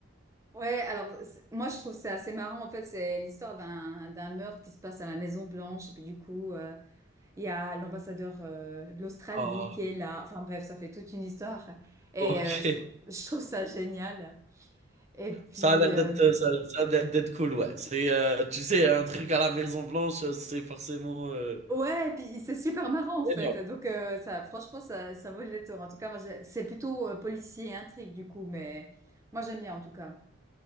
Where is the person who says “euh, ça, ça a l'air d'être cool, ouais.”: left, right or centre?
Right